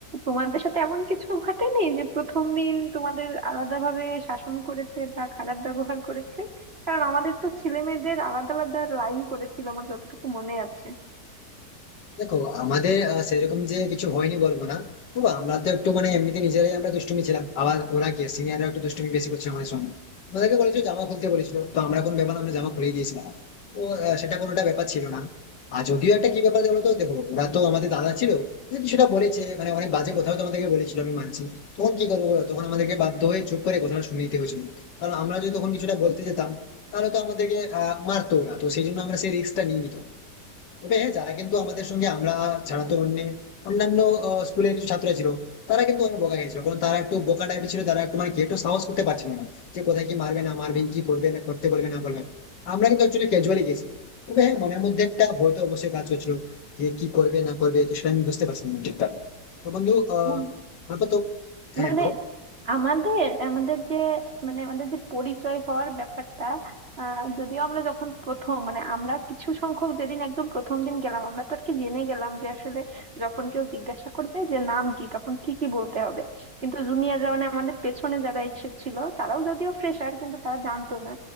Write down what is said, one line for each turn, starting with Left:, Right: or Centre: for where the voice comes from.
Right: তোমাদের সাথে এমন কিছু ঘটেনি যে প্রথম দিন তোমাদের আলাদাভাবে শাসন করেছে বা খারাপ ব্যবহার করেছে কারণ আমাদের তো ছেলে মেয়েদের আলাদা আলাদা লাইন করেছিল আমার যতটুকু মনে আছে
Left: দেখো আমাদের আহ, সেরকম যে কিছু হয়নি বলবো না তবু আমরা তো একটু মানে এমনিতে নিজেরাই আমরা দুষ্টুমি ছিলাম আবার ওরা কে সিনিয়ররা একটু দুষ্টুমি বেশি করছে আমাদের সঙ্গে ওদেরকে বলেছিল জামা খুলতে বলেছিল তো আমরা কোন ব্যাপার না, আমরা জামা খুলে দিয়েছিলাম তো আহ, সেটা কোনোটা ব্যাপার ছিল না আর যদিও একটা কি ব্যাপার বলতো দেখো ওরা তো আমাদের দাদা ছিল তো কিছুটা বলেছে মানে অনেক বাজে কথাও তো আমাদেরকে বলেছিল আমি মানছি তখন কি করবো বলো তখন আমাদেরকে বাধ্য হয়ে চুপ করে কথাটা শুনে নিতে হয়েছিল কারণ আমরা যদি তখন কিছুটা বলতে যেতাম তাহলে তো আমাদেরকে আহ মারতো ওরা তো সেই জন্য আমরা সেই রিস্কটা নিয়ে নিতাম তবে হ্যাঁ যারা কিন্তু আমাদের সঙ্গে আমরা ছাড়া তো অন্য অন্যান্য আহ, স্কুলের কিছু ছাত্র ছিল তারা কিন্তু অনেক বোকা গেছিল কারণ তারা একটু বোকা টাইপের ছিল তারা একটু মানে কি একটু সাহস করতে পারছিল না যে কোথায় কি মারবে না মারবে কি করবে না করতে বলবে না বলবে আমরা কিন্তু অ্যাকচুয়ালি ক্যাজুয়ালি গেছি তবে হ্যাঁ মনের মধ্যে একটা ভয় তো অবশ্যই কাজ করছিল যে কি করবে না করবে তো সেটা আমি বুঝতে পারছিলাম না ঠিকঠাক তো বন্ধু আহ
Right: হুম
Left: তারপর তো হ্যাঁ
Right: মানে
Left: বলো
Right: আমাদের আমাদের যে মানে আমাদের যে পরিচয় হওয়ার ব্যাপারটা আহ, যদিও আমরা যখন প্রথম মানে আমরা কিছু সংখ্যক যেদিন একদম প্রথম দিন গেলাম আমরা তো আর কি জেনে গেলাম যে আসলে যখন কেউ জিজ্ঞাসা করবে যে নাম কি তখন কি কি বলতে হবে কিন্তু জুনিয়ররা মানে আমাদের পেছনে যারা এসেছিল তারাও যদিও ফ্রেশার কিন্তু তারা জানতো না